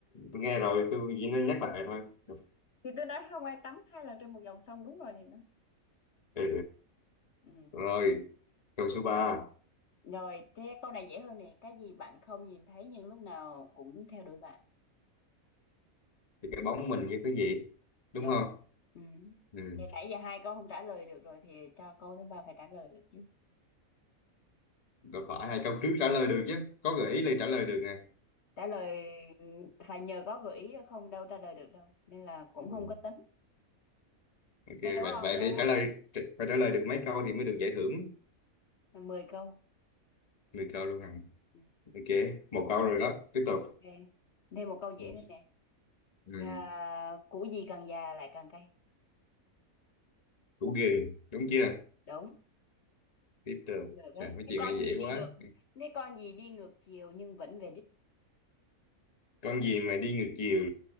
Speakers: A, on the left; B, on the left.
A: tôi nghe rồi tôi chỉ nói nhắc lại thôi ừ,
B: thì tôi nói không ai tắm hai lần trên một dòng sông đúng rồi thì nó
A: ừ.
B: ừ.
A: rồi câu số 3
B: rồi thế câu này dễ hơn nè cái gì bạn không nhìn thấy nhưng lúc nào cũng theo đuổi bạn
A: thì cái bóng mình với cái gì
B: Đâu.
A: đúng không
B: Ừ.
A: ừ.
B: Thì nãy giờ hai câu không trả lời được rồi thì cho câu thứ ba phải trả lời được chứ.
A: Rồi phải hai câu trước trả lời được chứ có gợi ý là trả lời được nè
B: Trả lời ừ, phải nhờ có gợi ý chứ không đâu trả lời được đâu. Nên là cũng không
A: Ừ.
B: có tính.
A: Ok,
B: Thế đố
A: vậy
B: ông
A: vậy
B: nha.
A: phải trả lời phải trả lời được mấy câu thì mới được giải thưởng.
B: mười câu.
A: mười câu luôn hả?
B: Ừ.
A: Ok, một câu rồi đó. Tiếp tục.
B: Ok. Thêm một câu dễ
A: Ừ,
B: nữa nè.
A: ừ,
B: À, củ gì càng già lại càng cay.
A: Củ gừng, đúng chưa?
B: Đúng.
A: Tiếp tục.
B: Được đấy.
A: Trời, mấy
B: Cái
A: chuyện
B: con
A: này
B: gì
A: dễ
B: đi
A: quá.
B: được. Cái con gì đi ngược chiều nhưng vẫn về đích.
A: Con gì mà đi ngược chiều